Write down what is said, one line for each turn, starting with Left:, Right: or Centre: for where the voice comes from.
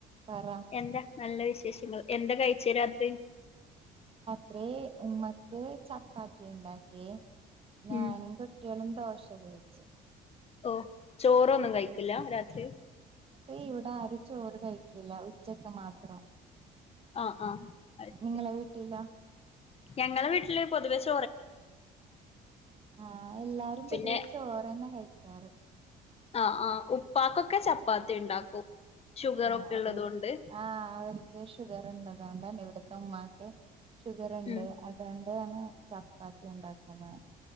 Right: പറ
Left: എന്താ നല്ല വിശേഷള്ളോ എന്താ കഴിച്ചേ രാത്രി
Right: അ ഉമ്മക്ക് ചപ്പാത്തി ഉണ്ടാക്കി ഞാനും
Left: ഉം
Right: കുട്ടികളും <unintelligible> ന്തസരച്ച
Left: ഓ ചോറൊന്നും കഴിക്കില്ല രാത്രി
Right: ഏയ് ഇവിടെ ആരും ചോറ് കഴിക്കില്ല ഉച്ചക്ക് മാത്രം
Left: ആഹ് ആഹ് അത് ശരി
Right: നിങ്ങളെ വീട്ടിലാ
Left: ഞങ്ങളെ വീട്ടില് പൊതുവെ ചൊ
Right: ആഹ് എല്ലാരും
Left: പിന്നെ
Right: പൊതുവെ ചോറ്ന്നെ കഴിക്കാറ്
Left: ആ ആഹ് ഉപ്പാക്കൊക്കെ ചപ്പാത്തി ഉണ്ടാക്കും ഷുഗർ
Right: ആഹ്
Left: ഒക്കെ
Right: അതെ
Left: ഉള്ളത് കൊണ്ട്
Right: ആഹ്. അവര് ക് ഷുഗർ ഇണ്ട് അതോണ്ടന്നെ ഇവിടുത്തെ ഉമ്മാക്ക് ഷുഗർ ഉണ്ട്
Left: ഉം
Right: അതോ ണ്ട് തന്നെ ചപ്പാത്തി ഉണ്ടാക്കുണത്